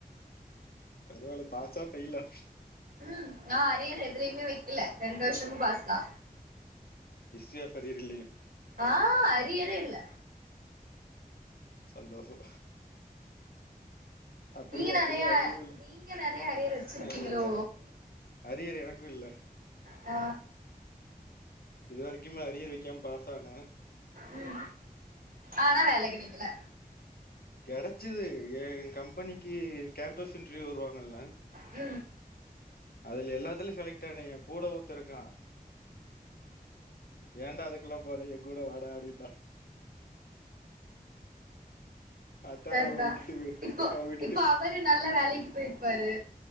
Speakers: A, on the left; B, on the right.
A: பரவால்ல பாஸா ஃபெயிலா
B: உ நா அரியரே எதுலயுமே வெக்கல ரெண்டு வருஷமு பாஸ்தா
A: இஸ்ரியாஃபரீர் இல்லையே
B: ஆ அரியரே இல்ல
A: சந்தோசோ அப்டியே
B: நீங்க நறையா
A: அப்டியே அரியர் இல்ல
B: நீங்க நெறைய அரியர் வச்சிருப்பீங்களோ
A: இல்ல இல்ல அரியர் எனக்கு இல்ல
B: ஆ
A: இது வரைக்கும்மே அரியர் வைக்காம பாஸ் ஆனே
B: உ ஆனா வேல கெடைக்கல
A: கெடச்சுது எ கம்பெனிக்கு கேம்பஸ் இன்டர்வியூ வருவாங்கல்ல
B: உ
A: அதுல எல்லாத்துலயு செலக்ட் ஆன ஏ கூட ஒருத்த இருக்கா ஏன்டா அதுக்கெல்லா போற எ கூட வாடா அப்டின்னா அதான்
B: சரிதா
A: அவ விட்டுட்டு வே-
B: இப்போ
A: அவ விட்டுட்டு
B: இப்போ அவரு நல்ல வேலைக்கு போயிருப்பாரு